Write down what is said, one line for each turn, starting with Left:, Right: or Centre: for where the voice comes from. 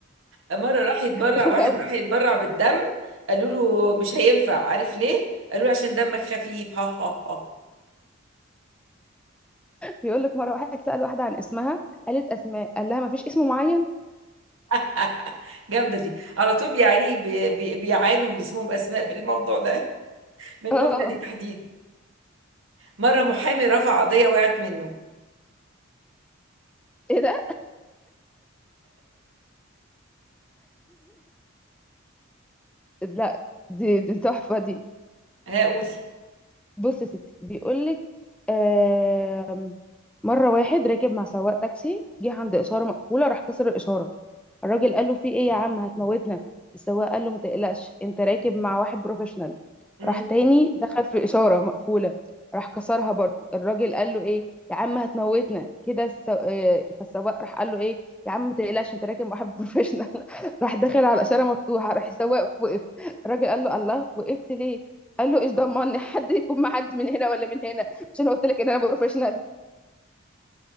Right: مرة راح يتبرع
Centre: سخيفة
Right: واحد
Centre: قوي
Right: راح يتبرع بالدم قالوا له مش هينفع عارف ليه؟ قالوا له عشان دمك خفيف <laughs> ها ها ها
Centre: بيقولك مرة واحد سأل واحدة عن اسمها قالت اسماء قال لها مفيش اسم معين
Right: آه، جامدة دي على طول بيعاني بي- بي- بيعانوا اللي اسمهم أسماء بالموضوع ده <laughs> من
Centre: اه
Right: النكتة دي تحديد مرة محامي رفع قضية وقعت منه
Centre: ايه ده لا دي دي تحفة دي
Right: هقول
Centre: بص يا ستي بيقولك آم، مرة واحد راكب مع سواق تاكسي جه عند إشارة مقفولة راح كسر الإشارة الراجل قال له في ايه يا عم هتموتنا السواق قال له ما تقلقش انت راكب مع واحد بروفيشنال
Right: مم.
Centre: راح تاني دخل في الاشاره مقفوله راح كسرها برضه الراجل قال له ايه يا عم هتموتنا كده السو... آه، فالسواق راح قال له ايه يا عم ما تقلقش انت راكب مع واحد بروفيشنال <laughs> راح داخل على اشاره مفتوحه راح السواق وقف الراجل قال له الله وقفت ليه قال له ايش ضمني <laughs> حد يكون مع حد من هنا ولا من هنا مش انا قلت لك ان انا بروفيشنال